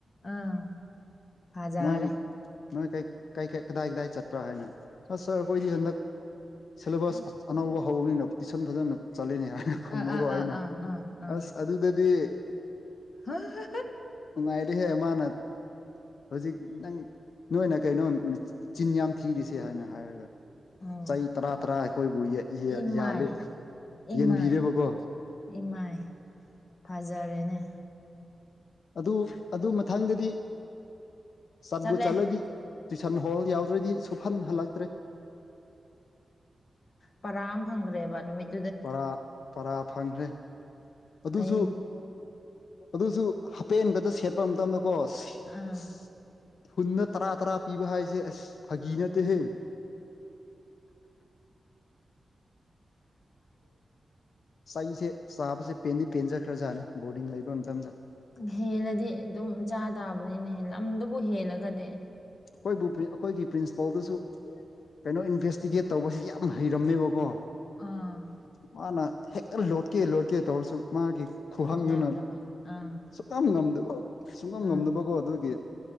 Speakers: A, on the left (about 50°); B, on the left (about 80°).
A: ꯑꯥ ꯐꯖꯔꯦ
B: ꯅꯣꯏ ꯅꯣꯏ ꯀꯥꯏ ꯀꯥꯏ ꯀꯗꯥꯏ ꯀꯗꯥꯏ ꯆꯠꯄ꯭ꯔꯥ ꯍꯥꯏꯅ ꯑꯁ ꯁꯥꯔ ꯑꯩꯈꯣꯏꯗꯤ ꯍꯟꯗꯛ ꯁꯤꯂꯦꯕꯁ ꯑꯅꯧꯕ ꯍꯧꯕꯅꯤꯅ ꯇꯨꯏꯁꯟ ꯐꯖꯅ ꯆꯠꯂꯤꯅꯤ ꯍꯥꯏꯅ ꯈꯨꯝꯕꯒꯣ
A: ꯑꯥ ꯑꯥ
B: ꯑꯩꯅ
A: ꯑꯥ ꯑꯥ ꯑꯥ ꯑꯥ
B: ꯑꯁ ꯑꯗꯨꯗꯗꯤ
A: <unintelligible>
B: ꯅꯨꯡꯉꯥꯏꯔꯤꯍꯦ ꯃꯥꯅ ꯍꯧꯖꯤꯛ ꯅꯪ ꯅꯣꯏꯅ ꯀꯩꯅꯣ ꯆꯤꯟ ꯌꯥꯝ ꯊꯤꯔꯤꯁꯦ ꯍꯥꯏꯅ ꯍꯥꯏꯔꯒ
A: ꯎꯝ
B: ꯆꯍꯤ ꯇꯔꯥ ꯇꯔꯥ ꯑꯩꯈꯣꯏꯕꯨ
A: ꯏꯃꯥꯏ
B: ꯌꯥꯜꯂꯤ
A: ꯏꯃꯥꯏ
B: ꯌꯦꯟꯕꯤꯔꯦꯕꯀꯣ
A: ꯏꯃꯥꯏ ꯐꯖꯔꯦꯅꯦ
B: ꯑꯗꯨ ꯑꯗꯨ ꯃꯊꯥꯡꯗꯗꯤ ꯆꯠꯕꯨ
A: ꯆꯠꯂꯦ
B: ꯆꯠꯂꯗꯤ ꯇꯨꯏꯁꯟ ꯍꯣꯜ ꯌꯥꯎꯗ꯭ꯔꯗꯤ ꯁꯨꯞꯍꯟ ꯍꯜꯂꯛꯇ꯭ꯔꯦ
A: ꯄꯔꯥ ꯑꯃ ꯐꯪꯒ꯭ꯔꯦꯕ ꯅꯨꯃꯤꯠ
B: ꯄꯔꯥ ꯄꯔꯥ ꯐꯪꯈ꯭ꯔꯦ ꯑꯗꯨꯁꯨ
A: ꯐꯩꯌꯦ
B: ꯑꯗꯨꯁꯨ ꯍꯥꯞꯄꯦꯟ ꯈꯛꯇ ꯁꯦꯠꯄ ꯃꯇꯝꯗꯀꯣ <unintelligible>
A: ꯑꯥ
B: ꯇꯔꯥ ꯇꯔꯥ ꯄꯤꯕ ꯍꯥꯏꯁꯦ ꯑꯁ ꯐꯥꯒꯤ ꯅꯠꯇꯦꯍꯦ ꯆꯩꯁꯦ ꯆꯥꯕꯁꯦ ꯄꯦꯟꯗꯤ ꯄꯦꯟꯖꯈ꯭ꯔꯖꯥꯠꯅꯤ ꯕꯣꯔꯗꯤꯡ ꯂꯩꯕ ꯃꯇꯝꯗ
A: ꯍꯦꯜꯂꯗꯤ ꯑꯗꯨꯝ ꯆꯥ ꯇꯥꯕꯅꯤꯅꯦ ꯂꯝꯗꯨꯕꯨ ꯍꯦꯜꯂꯒꯗꯤ
B: ꯈꯣꯏꯕꯨ ꯄ꯭ꯔꯤꯟ ꯑꯩꯈꯣꯏꯒꯤ ꯄ꯭ꯔꯤꯟꯁꯤꯄꯥꯜꯗꯨꯁꯨ ꯀꯩꯅꯣ ꯏꯟꯚꯦꯁꯇꯤꯒꯦꯠ ꯇꯧꯕꯁꯤ ꯌꯥꯝ ꯍꯩꯔꯝꯃꯦꯕꯀꯣ
A: ꯑꯥ
B: ꯃꯥꯅ ꯍꯦꯛꯇ ꯂꯣꯠꯀꯦ ꯂꯣꯠꯀꯦ ꯇꯧꯔꯁꯨ ꯃꯥꯒꯤ ꯈꯨꯍꯪꯗꯨꯅ
A: ꯌꯥꯗꯕ ꯑꯥ
B: ꯁꯨꯡꯉꯝ ꯉꯝꯗꯕ ꯁꯨꯡꯉꯝ
A: ꯎꯝ
B: ꯉꯝꯗꯕꯀꯣ ꯑꯗꯨꯒꯤ